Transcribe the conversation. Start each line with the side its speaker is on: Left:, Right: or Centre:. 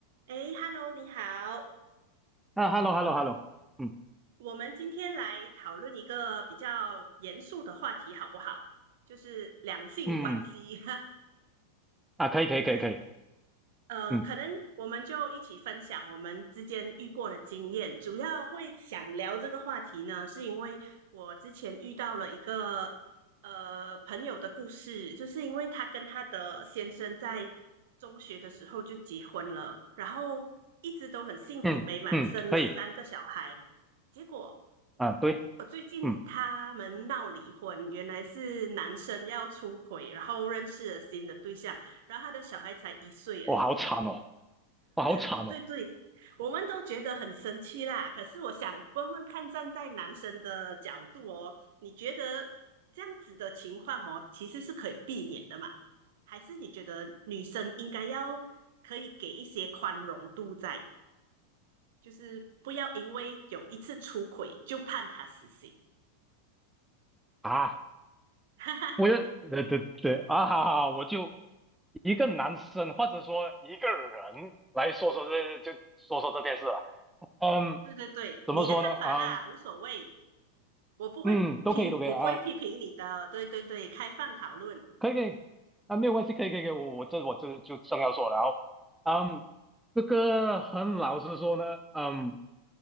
Right: 哎，Hello，你好，
Centre: 啊，hello，hello，hello，嗯
Right: 我们今天来讨论一个比较严肃的话题，好不好？就是两性关系。
Centre: 嗯嗯，
Right: <laughs>
Centre: 啊，可以，可以，可以，
Right: 对，
Centre: 可以，
Right: 呃，
Centre: 嗯
Right: 可能我们就一起分享我们之间遇过的经验。主要会想聊这个话题呢，是因为我之前遇到了一个呃朋友的故事，就是因为她跟她的先生在中学的时候就结婚了，然后一直都很幸福美满，
Centre: 嗯嗯，
Right: 生了三个小孩。
Centre: 可以，
Right: 结果
Centre: 啊，对，
Right: 我最近他们闹离婚，
Centre: 嗯，
Right: 原来是男生要出轨，然后认识了新的对象，然后他的小孩才一岁而已。
Centre: 我好惨哦，我好惨哦，
Right: 对对对，我们都觉得很生气啦。可是我想问问看，站在男生的角度哦，你觉得这样子的情况哦，其实是可以避免的嘛？还是你觉得女生应该要可以给一些宽容度在，就是不要因为有一次出轨就判他死刑？
Centre: 啊，
Right: <laughs> 哈哈，
Centre: 我要，对对对，啊，哈哈，我就一个男生或者说一个人来说说这，就说说这件事了，嗯，
Right: 对对对，
Centre: 怎么说呢，
Right: 你的看法啦，
Centre: 嗯
Right: 无所谓，我不会评，
Centre: 嗯，都可以，都可以啊，
Right: 我不会批评你的。对对对，开放讨论，
Centre: 可以，可以，啊，没有关系，可以，可以，可以，我我这我这就正要说了，然后，嗯，这个很老实说呢，嗯。